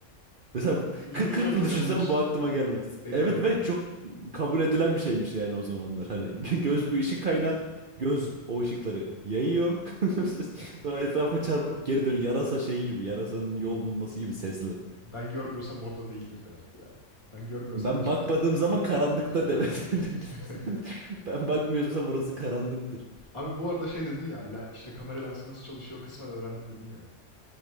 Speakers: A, on the right; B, on the left.
A: Mesela
B: Ve
A: bu,
B: uzun
A: 40-40
B: bir süre buna
A: yıl düşünsem
B: inanılmış.
A: bu aklıma gelmez.
B: Benim
A: Evet
B: de gelmez.
A: ve çok kabul edilen bir şeymiş yani
B: Evet,
A: o zamanlar. Hani <laughs> göz bir ışık kaynağı,
B: evet,
A: göz o ışıkları yayıyor. <laughs> Sonra etrafa çarpıp geri dönüyor. Yarasa
B: evet.
A: şeyi gibi, yarasanın
B: Doğru.
A: yol bulması gibi sesli.
B: Ben görmüyorsam orada değildir demek bu ya. Ben görmüyorsam
A: Ben
B: ışık.
A: bakmadığım zaman
B: Evet,
A: karanlıkta demek.
B: evet.
A: <laughs>
B: <laughs>
A: Ben bakmıyorsam orası karanlıktır.
B: Abi bu arada şey dedin ya, le- işte kamera lensi nasıl çalışıyor kısmen öğrendim dedin ya.